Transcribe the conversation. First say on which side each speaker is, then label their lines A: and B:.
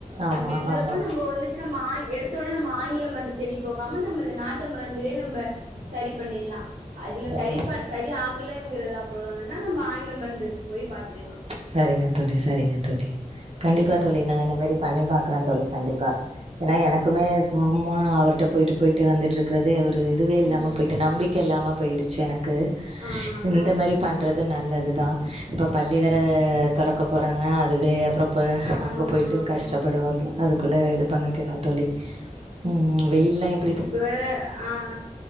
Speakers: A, on the right (about 50°); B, on the right (about 80°).
A: ஆமா
B: அப்படிங்கறப்ப
A: ஆமா
B: நம்ப வந்து நம்ம ஆ எடுத்தோனே நம்ம ஆங்கில மருந்து தேடி போகாம நம்ப இந்த நாட்டு மருந்துலே நம்ப சரி பண்ணிர்லா அ இதுல
A: சரிங்க
B: சரிப்பன் சரி ஆகலங்கறது அப்புறம்னா நம்ப ஆங்கில மருந்துக்கு போய் பாத்துக்கலா
A: சரிங்க தோழி சரிங்க தோழி கண்டிப்பா தோழி நா இந்த மாரி பண்ணி பாக்குறே தோழி கண்டிப்பா ஏன்னா எனக்குமே சும்மா அவர்ட போயிட்டு போயிட் வந்துட்டு இருக்கறதே அது ஒரு இதுவே இல்லாம
B: ம். ம்.
A: போயிட்டு நம்பிக்க இல்லாம போயிடுச்சு எனக்கு
B: ஆ
A: இந்த
B: ஆ.
A: மாதிரி பண்றது நல்லது தா இப்ப பள்ளி வோற
B: ம்
A: தொறக்க
B: ம்.
A: போறாங்க அதுவே அப்புறம் ப
B: ஆமா
A: அங்க போயிட்டூ
B: ஆமா
A: கஷ்டப் படுவாப்புல அதுக்குள்ளே இது பண்ணிக்கணணோ தோழி
B: ஆமா.
A: ம் வெயில்லா எப்
B: இப்ப வேற அ ஆ